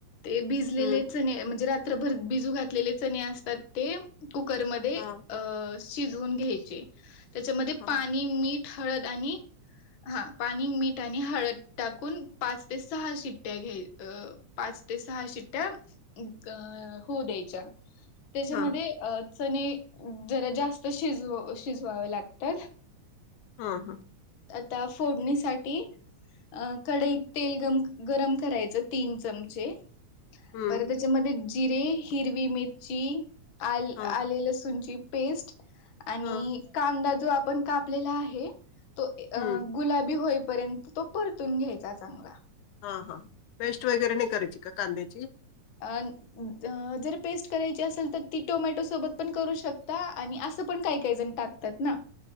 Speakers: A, on the left; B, on the left.
A: ते भिजलेले
B: हम्म
A: चणे म्हणजे रात्रभर भिजू घातलेले चणे असतात ते कुकरमध्ये
B: हा
A: अ शिजवून घ्यायचे त्याच्यामध्ये
B: हा
A: पाणी मीठ. हळद आणि हा पाणी, मीठ आणि हळद टाकून पाच ते सहा शिट्ट्या घ्या अ पाच ते सहा शिट्ट्या अ होऊ द्यायच्या त्याच्यामध्ये
B: हा
A: अ जरा जास्त शिजवू शिजवाव लागतात.
B: हा हा
A: त्या फोडणीसाठी अ कडईत तेल गम गरम करायचं तीन चमचे
B: हम्म,
A: बर त्याच्यामध्ये जिरे हिरवी मिरची आलं
B: हा,
A: आल लंसुंची पेस्ट आणि
B: हा,
A: कांदा जो आपण कापलेला आहे तो
B: हम्म,
A: अ गुलाबी होईपर्यंत तो परतून घ्यायचा चांगला.
B: हा हा पेस्ट वगैरे नाही करायची का कांद्याची
A: अ जर पेस्ट करायची असेल तर ती टोमॅटो सोबत पण करू शकता आणि असं पण काही काहीण टाकतात ना